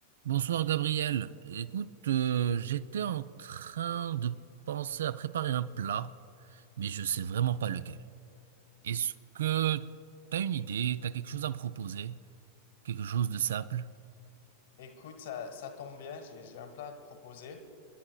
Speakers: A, on the right; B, on the left.
A: Bonsoir Gabriel. Écoute, euh, j'étais en train de penser à préparer un plat, mais je sais vraiment pas lequel. Est-ce que t'as une idée, t'as quelque chose à me proposer? Quelque chose de simple?
B: Écoute, ça, ça tombe bien, j'ai, j'ai un plat à te proposer.